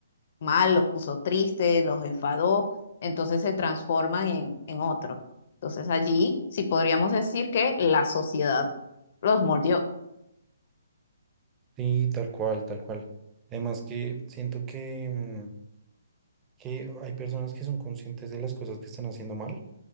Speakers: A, on the left (about 50°); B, on the right (about 20°).
A: mal, los puso tristes, los enfadó, entonces se transforman en, en otros. Entonces allí sí podríamos decir que la sociedad los moldeó.
B: Sí, tal cual, tal cual. Además que siento que, mm, que hay personas que son conscientes de las cosas que están haciendo mal,